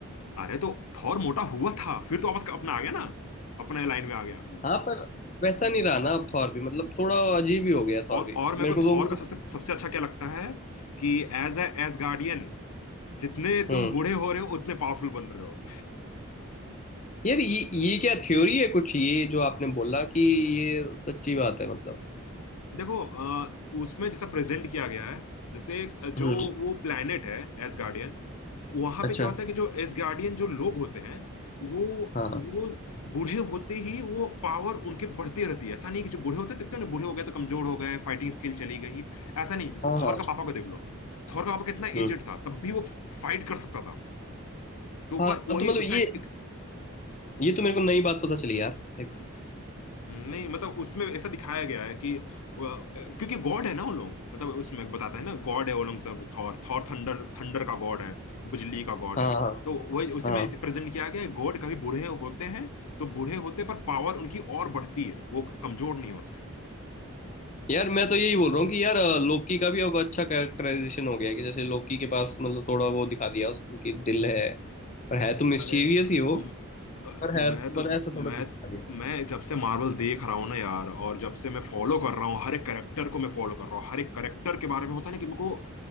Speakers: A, on the left; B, on the left.
A: अरे तो थॉर मोटा हुआ था फिर तो वापस अपना आ गया ना अपने लाइन में आ गया
B: हाँ पर वैसा नहीं रहा ना अब थॉर भी मतलब थोड़ा अजीब ही हो गया थॉर
A: और
B: भी
A: और मेरे
B: मेरे
A: को
B: को तो
A: थॉर
B: मतलब
A: का सबसे सबसे अच्छा क्या लगता है कि एज ए एज गार्डियन जितने तुम
B: हम्म
A: बूढ़े हो रहे हो उतने पावरफुल बन रहे हो
B: यार ये ये क्या थ्योरी है कुछ ये जो आपने बोला कि ये सच्ची बात है मतलब
A: देखो अ, उसमें जैसा प्रेजेंट किया गया है जैसे एक जो
B: हम्म
A: वो प्लेनेट है एज गार्डियन वहां
B: अच्छा
A: पे क्या होता है कि जो एसगार्डियन जो लोग होते हैं वो
B: हाँ हाँ
A: वो बूढ़े होते ही वो पावर उनके बढ़ती रहती है ऐसा नहीं कि जो बूढ़े होते हैं देखते हो ना बूढ़े हो गए तो कमजोर हो गए फाइटिंग स्किल चली गई ऐसा नहीं जैसे
B: हाँ
A: कि
B: हाँ
A: थॉर का पापा को देख लो थॉर का पापा कितना
B: हम्म
A: एजेड था तब भी वो फाइट कर सकता था तो
B: हाँ
A: पर वही
B: तो मतलब
A: उसका
B: ये
A: एक, एक
B: ये तो मेरे को नई बात पता चली यार एक
A: हम्म, नहीं मतलब उसमें ऐसा दिखाया गया है कि वो- क्योंकि गॉड है ना वो लोग मतलब उसमें बताता है ना गॉड है वो लोग सब थॉर थॉर थंडर थंडर का गॉड है बिजली का गॉड
B: हाँ
A: है
B: हाँ
A: तो वही उसी
B: हाँ
A: में प्रेजेंट किया गया है गॉड कभी बूढ़े होते हैं तो बूढ़े होते पर पावर उनकी और बढ़ती है वो कमजोर नहीं होते
B: यार मैं तो यही बोल रहा हूँ कि यार अ, लोकी का भी अब अच्छा कैरेक्टराइजेशन हो गया है कि जैसे लोकी के पास मतलब थोड़ा वो दिखा दिया उसको कि दिल है पर है तो मिस्चीवियस
A: अरे अ,
B: ही वो
A: म, अ,
B: पर
A: मैं
B: है
A: तो
B: पर ऐसा थोड़ा
A: मैं
B: दिखता नहीं है।
A: मैं जब से मार्वल देख रहा हूँ ना यार और जब से मैं फॉलो कर रहा हूँ हर एक करेक्टर को मैं फॉलो कर रहा हूँ हर एक करेक्टर के बारे में होता है ना कि मेरे को